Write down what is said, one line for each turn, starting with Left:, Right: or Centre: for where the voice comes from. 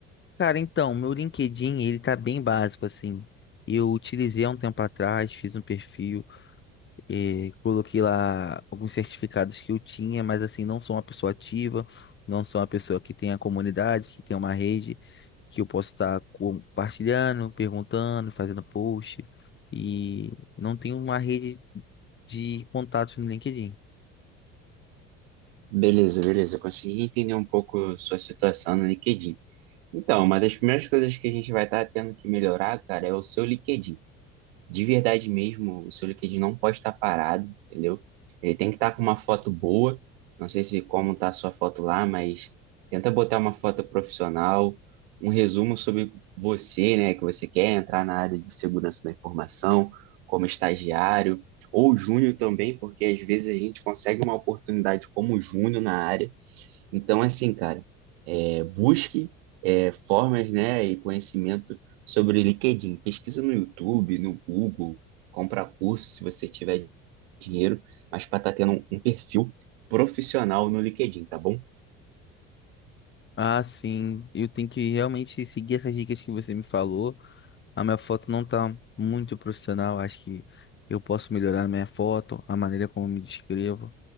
Left: Cara, então, meu LinkedIn, ele tá bem básico assim. Eu utilizei há um tempo atrás, fiz um perfil E coloquei lá alguns certificados que eu tinha, mas assim, não sou uma pessoa ativa, não sou uma pessoa que tem a comunidade, que tem uma rede, que eu posso estar compartilhando, perguntando, fazendo post. E não tenho uma rede de contatos no LinkedIn.
Right: Beleza, beleza, eu consegui entender um pouco sua situação no LinkedIn. Então, uma das primeiras coisas que a gente vai estar tendo que melhorar, cara, é o seu LinkedIn. de verdade mesmo, o seu LinkedIn não pode estar parado, entendeu? Ele tem que estar com uma foto boa. Não sei se como está a sua foto lá, mas tenta botar uma foto profissional, um resumo sobre você, né, que você quer entrar na área de segurança da informação, como estagiário ou júnior também, porque às vezes a gente consegue uma oportunidade como júnior na área então, assim, cara, é, busque é, formas, né, e conhecimento sobre LinkedIn. Pesquisa no YouTube, no Google, compra curso se você tiver dinheiro, mas para estar tendo um um perfil profissional no LinkedIn, tá bom?
Left: Ah, sim, eu tenho que realmente seguir essas dicas que você me falou. A minha foto não tá muito profissional, acho que eu posso melhorar a minha foto, a maneira como eu me descrevo.